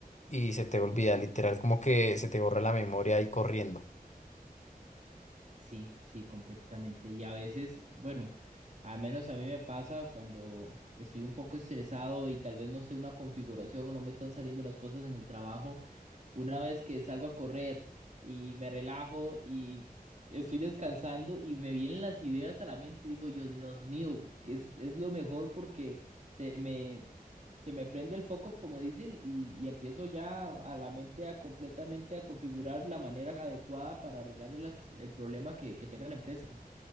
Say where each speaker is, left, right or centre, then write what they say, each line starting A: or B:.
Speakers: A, on the left; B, on the right.
A: y se te olvida, literal, como que se te borra la memoria y corriendo.
B: Sí, sí, completamente. Y a veces, bueno, al menos a mí me pasa cuando estoy un poco estresado y tal vez no sé una configuración o no me están saliendo las cosas en el trabajo. Una vez que salgo a correr y me relajo y estoy descansando y me vienen las ideas a la mente, digo yo, Dios mío, que es, es lo mejor porque se me se me prende el foco, como dicen, y, y empiezo ya a la mente a completamente a configurar la manera adecuada para arreglar el, as- el problema que, que tenga la empresa.